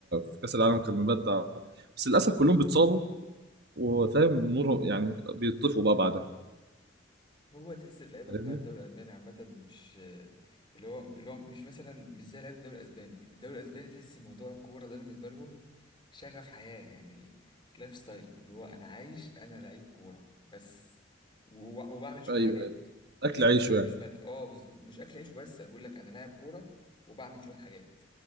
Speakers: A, on the right; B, on the left.
A: في كاس العالم كان مبدع بس للاسف كلهم بيتصابوا وفاهم نور يعني بيطفوا بقى بعدها
B: هو تحس اللعيبه
A: فاهمني
B: بتاع الدوري الالماني عامه مش اللي هو اللي هو مش مثلا مش زي لعيبه الدوري الاسباني الدوري الاسباني تحس موضوع الكوره ده بالنسبه لهم شغف حياه يعني لايف ستايل اللي هو انا عايش انا لعيب كوره بس و- وبعمل شويه
A: ايوه
B: حاجات
A: ايوه اكل
B: مش
A: عيشه
B: مثلا مش
A: يعني
B: بن... اه بز... مش اكل عيش وبس انا بقول لك انا لاعب كوره وبعمل شويه حاجات